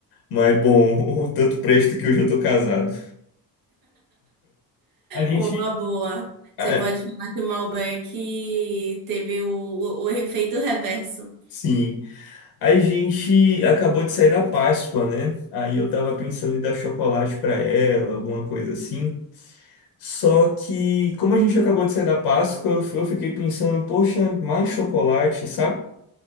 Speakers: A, on the left (about 65°); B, on the right (about 65°).
A: Mas bom, <laughs> tanto presto que hoje eu tô casado. A gente,
B: Uma boa.
A: Ah,
B: Você pode falar que o Malbec teve o, o, o efeito reverso.
A: sim. A gente acabou de sair da Páscoa, né? Aí eu tava pensando em dar chocolate pra ela, alguma coisa assim. Só que, como a gente acabou de sair da Páscoa, eu, eu fiquei pensando, poxa, mais chocolate, sabe?